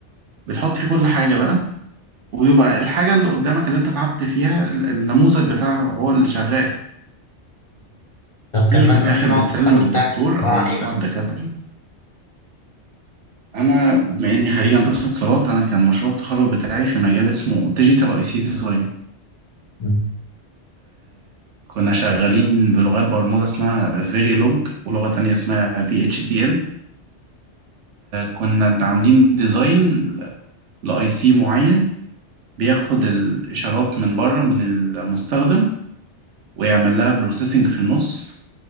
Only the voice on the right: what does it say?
بتحط فيه كل حاجة بقى ويبقى الحاجة اللي قدامك اللي انت تعبت فيها ال- النموذج بتاعها هو اللي شغال
تيجي
في الآخر
بتسلم
للدكتور
أو مجموعة
دكاترة انا بما اني خريج هندسه اتصالات انا كان مشروع التخرج بتاعي في مجال اسمه ديجيتال اي سي ديزاين
كنا شغالين بلغات برمجه اسمها فيريلوج ولغه تانية اسمها في اتش دي ال كنا عاملين ديزاين لاي سي معين بياخد الاشارات من بره من المستخدم ويعمل لها بروسيسنج في النص